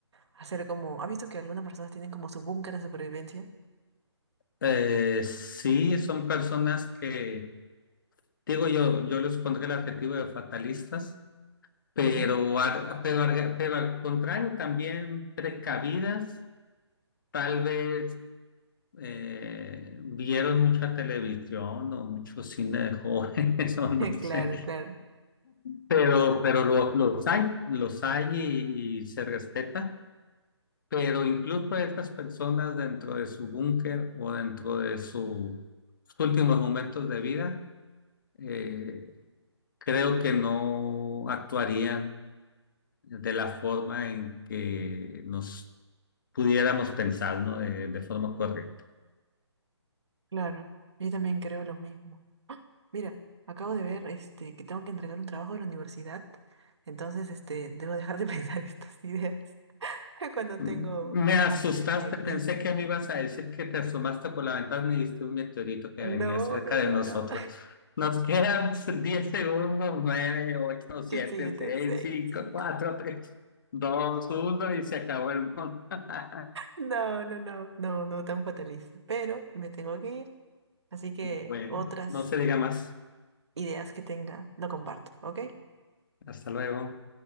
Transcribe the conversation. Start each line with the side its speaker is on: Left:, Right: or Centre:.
Right: hacer como, ¿has visto que algunas personas tienen como su búnker de supervivencia?
Left: Eh, sí, son personas que, digo yo, yo les pondré el adjetivo de fatalistas, pero,
Right: ¿Ok? <laughs>
Left: ar- pero, ar- pero al contrario, también precavidas, tal vez eh, vieron mucha televisión o mucho cine de jóvenes, <laughs> o no sé,
Right: Claro, claro,
Left: pero, pero lo- los hay, los hay y, y se respeta Pero incluso a estas personas dentro de su búnker o dentro de su- sus últimos momentos de vida, eh, creo que no actuarían de la forma en que nos pudiéramos pensar, ¿no? De, de forma correcta.
Right: claro. Yo también creo lo mismo. Mira, acabo de ver este que tengo que entregar un trabajo de la universidad, entonces este debo dejar de <laughs> pensar estas ideas <laughs> cuando
Left: Me
Right: tengo
Left: asustaste,
Right: pendientes.
Left: pensé que me ibas a decir que te asomaste por la ventana y viste un meteorito que
Right: No,
Left: venía cerca
Right: no, no,
Left: de nosotros.
Right: no.
Left: Nos quedan <laughs> 10 segundos, nueve, ocho,
Right: <laughs>
Left: siete,
Right: Yo siete,
Left: seis,
Right: seis,
Left: cinco,
Right: cinco.
Left: cuatro,
Right: <laughs>
Left: tres, dos, uno y se acabó el mundo. <laughs>
Right: No, no, no, no, no tan fatalista. Pero me tengo que ir. Así que
Left: Bueno,
Right: otras
Left: no se diga más.
Right: ideas que tenga, lo comparto, ¿ok?
Left: Hasta luego.